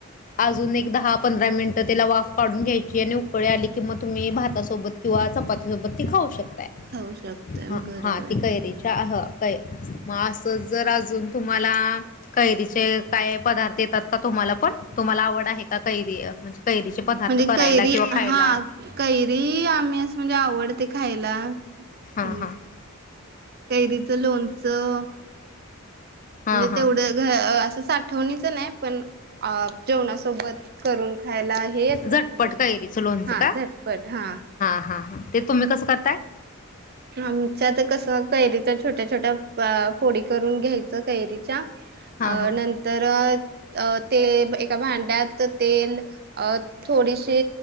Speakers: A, on the left; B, on the right.
A: अजून एक दहा पंधरा मिनटं त्याला वाफ काढून घ्याय ची त्याने उकळी आली की मग तुम्ही भातासोबत किंवा चपातीसोबत ती खाऊ शक ताय,
B: खाऊ शकतोय
A: हां
B: बरोबर
A: हां ती कैरीच्या अहं कै मग असं जरा अजून तुम्हाला कैरीचे काय पदार्थ येतात का तुम्हाला पण तुम्हाला आवड आहे का कैरी म्हणजे कैरीचे पदार्थ
B: म्हणजे
A: करायला
B: कैरी
A: किंवा खायला
B: हां कैरी आम्ही असं म्हणजे आव डते खायला.
A: हां
B: अं,
A: हां.
B: कैरीचं लोणचं
A: हां
B: म्हणजे
A: हां
B: तेवढं घ असं साठवणीचा नाय पण आ जेवणासोबत करून खायला हे येतं
A: झटपट कैरीचं लोणचं
B: हां
A: का
B: झटपट हां.
A: हां हां ते तुम्ही कसं करताय?
B: आमच्यात कसं कैरीच्या छोट्या-छोट्या पा फोडी करून घ्यायचं कैरीच्या अ
A: हां हां
B: नंतर अ ते एका भांड्यात त तेल अ थोडीशी